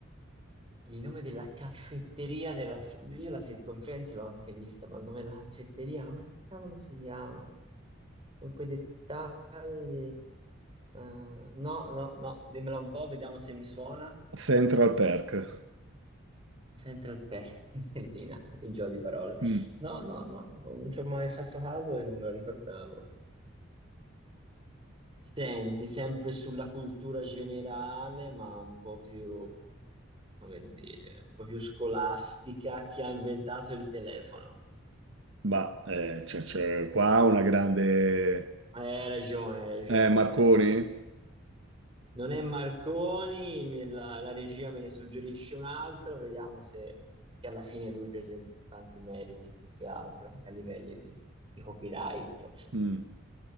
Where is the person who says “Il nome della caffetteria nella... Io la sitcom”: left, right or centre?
Right